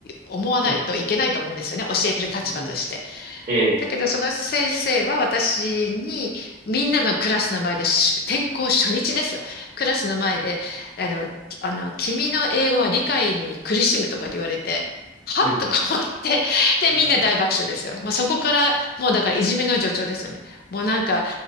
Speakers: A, on the left; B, on the right.
A: 思わないといけないと思うんですよね。
B: うん、う
A: 教える立場として。
B: ん、え、
A: だけど、その先生は私に、みんなのクラスの前で、し転校初日ですよ。クラスの前で、あの、きあの、君の英語は理解に苦しむとかって言われて、はとか思って、
B: うん、
A: で、
B: うん、
A: みんな大爆笑ですよ。もうそこから、もうだからいじめの助長ですよね。もうなんか、